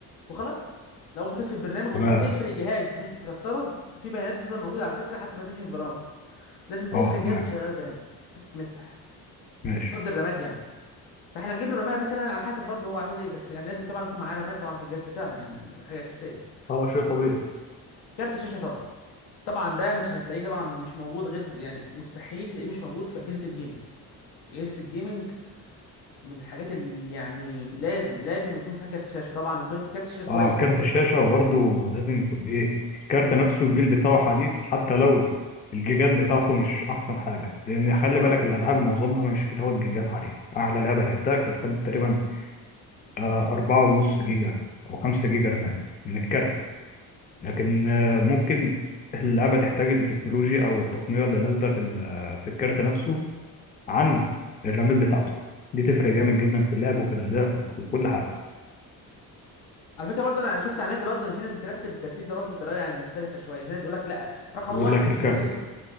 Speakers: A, on the left; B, on the left.
A: وخلاص لو ما تقفل البرنامج وت-
B: تمام
A: وتقفل الجهاز مش بتفلستره في بيانات بتفضل موجوده على فكره حتى ما تقفل البرامج لازم تقفل
B: اه
A: الجهاز
B: تمام
A: وتشغله تاني عشان تتمسح
B: ماشي
A: تفضي الرامات يعني فاحنا نجيب له رامات مثلا على حسب برضه هو عاوز ايه بس يعني لازم طبعا يكون معاه رامات طبعا في الجهاز بتاعه يعني حاجه اساسيه
B: اه شيء طبيعي
A: كارت الشاشه طبعا طبعا ده مش هتلاقيه طبعا مش موجود غير يعني مستحيل تلاقيه مش موجود في اجهزه الجيمنج اجهزه الجيمنج من الحاجات اللي يعني لازم لازم يكون فيها كارت شاشه طبعا وكارت كارت شاشه كويس
B: اه كارت الشاشة برضه لازم يكون ايه الكارت نفسه الجيل بتاعه حديث حتى لو الجيجات بتاعته مش احسن حاجة لان خلي
A: اه
B: بالك الالعاب معظمها مش بتاخد جيجات عليها اعلى لعبة لعبتها كانت خدت تقريبا آه أربعة ونص جيجا او خمسة جيجا رامات من الكارت لكن آه ممكن اللعبة تحتاج التكنولوجيا او التقنية اللي نازلة في ال- في الكارت نفسه عن الرامات بتاعته دي تفرق جامد جدا في اللعب وفي الاداء وفي- وكل حاجة
A: على فكره برضه انا انا شفت اعلانات برضه ان في ناس بترتب الترتيب ده برضه بطريقه يعني مختلفه شويه يعني في ناس بيقول لك لا رقم
B: يقول
A: واحد
B: لك
A: مش
B: الكارت
A: البروسيسور